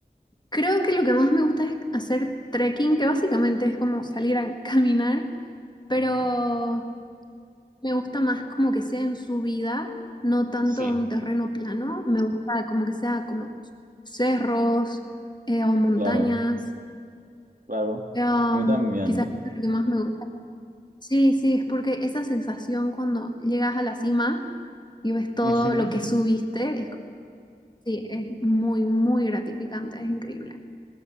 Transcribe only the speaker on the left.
creo que lo que más me gusta es hacer trekking, que básicamente es como salir a <laughs> caminar, pero
me gusta más como que sea en subida, no tanto
un terreno plano. Me gusta como que sea como cerros eh, o montañas.
Am,
quizás es lo que más me gusta. Sí, sí, es porque esa sensación cuando llegas a la cima y ves todo
lo que subiste, es, como- sí, es muy, muy gratificante, es increíble.